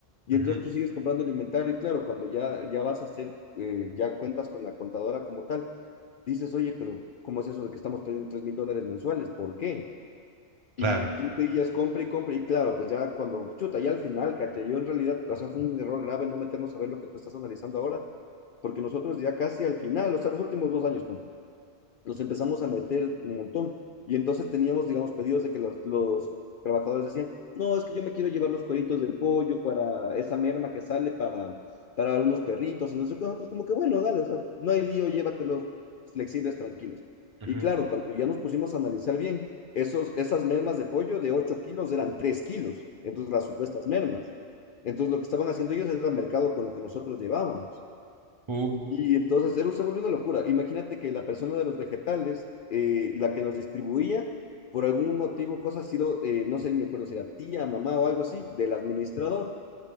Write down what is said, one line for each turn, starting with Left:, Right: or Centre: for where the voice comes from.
Left: Y
Right: Ujú,
Left: entonces tú sigues comprando el inventario y claro, cuando ya, ya vas a hacer, eh, ya cuentas con la contadora como tal, dices, oye, pero ¿cómo es eso de que estamos perdiendo tres mil dólares mensuales? ¿Por qué?
Right: claro.
Left: Y tú seguías compra y compra, y claro, pues ya cuando, chuta, ya al final, caché, yo en realidad, o sea, fue un error grave no meternos a ver lo que tú estás analizando ahora, porque nosotros ya casi al final, o sea, los últimos dos años, ponte, los empezamos a meter un montón. Y entonces teníamos, digamos, pedidos de que los, los trabajadores decían, no, es que yo me quiero llevar los cueritos del pollo para esa merma que sale para, para unos perritos, y no sé qué, nosotros como que, bueno, dale, o sea, no hay lío, llévatelos flexibles, tranquilos.
Right: ujú.
Left: Y claro, cuando ya nos pusimos a analizar bien, esos, esas mermas de pollo de 8 kilos eran 3 kilos, entonces las supuestas mermas. Entonces lo que estaban haciendo ellos era mercado con lo que nosotros llevábamos.
Right: Uh,
Left: Y entonces él se volvió una locura. Imagínate que la persona de los vegetales, eh, la que nos distribuía, por algún motivo, cosa ha sido, eh, no sé, me acuerdo si era tía, mamá o algo así, del administrador.